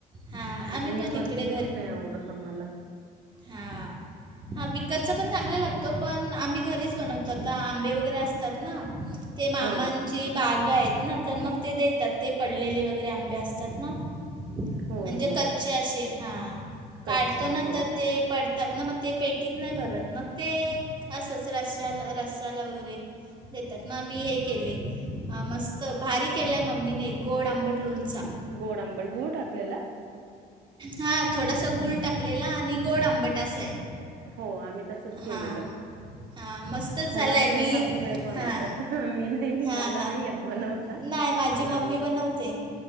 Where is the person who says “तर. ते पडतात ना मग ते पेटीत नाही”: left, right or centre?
Right